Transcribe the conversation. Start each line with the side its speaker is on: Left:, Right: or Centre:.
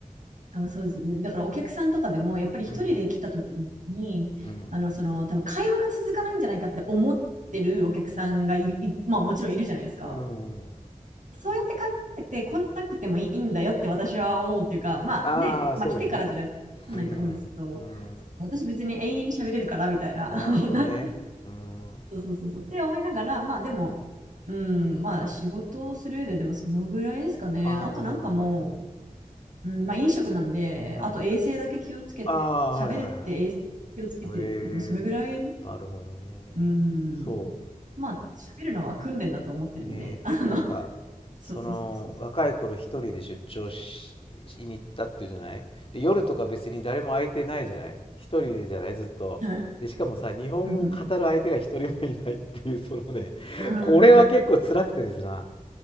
Right: あ、そうですよね。だからお客さんとかでも、やっぱり一人で来た時に、
Left: うんうん
Right: あの、その、多分会話が続かないんじゃないかって思ってるお客さんがい、いまあもちろんいるじゃないですか。
Left: うんうん
Right: そうやって考えて来なくてもいいんだよって私は思うっていうか、まあね、
Left: ああそうですね
Right: まあ来てからじゃないと思うんですけど、
Left: うん、うん。
Right: 私別に永遠に喋れるからみたいな、
Left: あ、
Right: <laughs>
Left: なるほどね。
Right: なん
Left: うん、うん。
Right: そうそうそうそう。って思いながら、まあでも、うん、まあ仕事をする上ででもそのぐらいですかね。
Left: なるほどね。
Right: あとなんかもう、うん、まあ飲食なんで、
Left: うん。
Right: あと衛生だけ気をつけて、
Left: ああ、
Right: 喋れって衛生気をつけてるって、
Left: はいはいはい。ええ、
Right: もうそれぐらい、
Left: なるほどね。
Right: うん、
Left: そ
Right: まあ喋るのは訓練だと思ってるんで、
Left: う、ね、
Right: あの、
Left: なんか、
Right: そうそうそうそうそ
Left: その、若い頃一人で出張ししに行ったっていうじゃない。で、夜とか別に誰も相手ないじゃない。一人でじゃない、ずっと。
Right: う。はい。
Left: で、しかもさ、日本語を語る相手が一人もいないっていう、
Right: うん
Left: そのね、
Right: うん。
Left: これは結構辛くてですな。
Right: ああ、